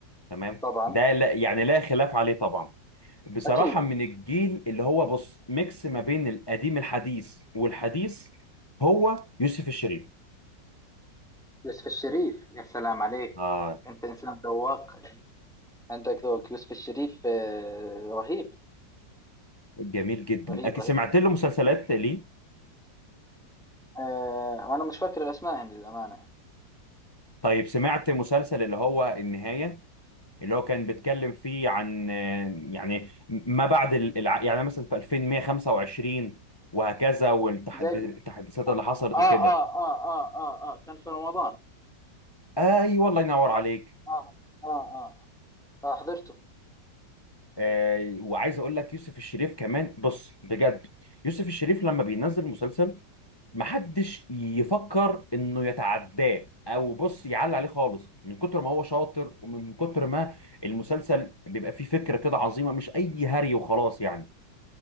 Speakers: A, on the left; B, in the centre.
A: تمام
B: طبعا
A: ده لا يعني لا خلاف عليه طبعا بصراحة
B: أكيد
A: من الجيل اللي هو بص ميكس ما بين القديم الحديث والحديث هو يوسف الشريف
B: يوسف الشريف يا سلام عليك
A: آه،
B: انت انسان ذواق يعني عندك ذوق يوسف الشريف آه، رهيب
A: جميل جدا
B: رهيب
A: اكيد
B: رهيب
A: سمعت له مسلسلات ليه
B: آه، وانا مش فاكر الاسماء يعني للامانه
A: طيب سمعت مسلسل اللي هو النهاية اللي هو كان بيتكلم فيه عن آه، يعني ما بعد ال- الع... يعني مثلا في 2125 وهكذا والتحديثات
B: زي الم...
A: اللي حصلت
B: آه, اه
A: وكده
B: اه اه اه اه آه، كان في رمضان
A: ايوه والله ينور عليك
B: اه اه اه, آه آه آه، حضرته
A: آه وعايز اقول لك يوسف الشريف كمان بص بجد يوسف الشريف لما بينزل مسلسل محدش يفكر انه يتعداه او بص يعلي عليه خالص من كتر ما هو شاطر ومن كتر ما المسلسل بيبقى فيه فكرة كده عظيمة مش اي هري وخلاص يعني